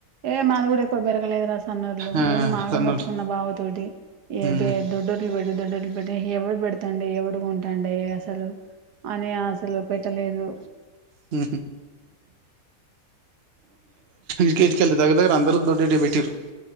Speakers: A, on the right; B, on the right.
A: ఏ మాది కూడా ఎక్కువ పెరగలేదు రా స అన్నళ్లు
B: ఆ
A: నేను మాగ
B: సన్నోళ్ళు
A: మొత్తుకున్న బావ తతోటి ఏ
B: మ్మ్
A: దొడ్డర్లు పెట్టి దొడ్డులు పెట్టటి ఎవడు పెడతాండి ఎవడు ఉంటాండి అసలు అని అసలు పెట్టలేదు
B: హ ఇక హికెల్ దగ్గర దగ్గర అందరుూ దొడ్ దొడ్డేరు పెట్టిందురు